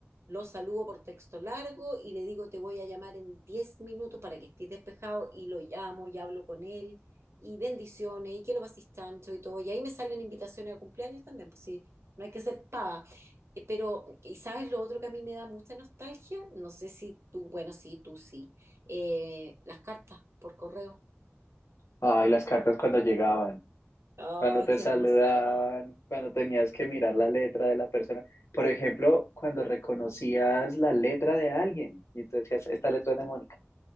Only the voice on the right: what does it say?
lo saludo por texto largo y le digo te voy a llamar en 10 minutos para que estés despejado y lo llamo y hablo con él y bendiciones y que lo pases tanto y todo. Y ahí me salen invitaciones a cumpleaños también, pues sí, no hay que ser pava, eh, Pero, ¿y sabes lo otro que a mí me da mucha nostalgia? No sé si tú, bueno, sí, tú sí. Eh, las cartas por correo.
¡Ay,
qué
emoción!